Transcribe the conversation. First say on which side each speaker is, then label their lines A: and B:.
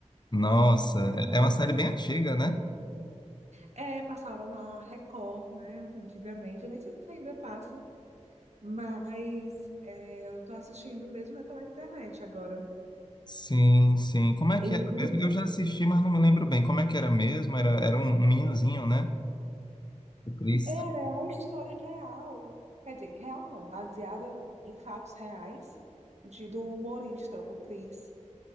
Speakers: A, on the left (about 35°); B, on the right (about 60°).
A: Nossa,
B: Sim.
A: é é uma série bem antiga, né?
B: É, passava na Record, né? Antigamente, eu nem sei se ainda passa, mas é, eu tô assistindo mesmo é pela internet agora.
A: Sim, sim. Como é que
B: E
A: era mesmo? Eu já assisti, mas não me lembro bem. Como é que era mesmo? Era, era um um meninozinho, né? O Chris.
B: Era a história real, quer dizer, real não, baseada em fatos reais de do humorista, o Chris.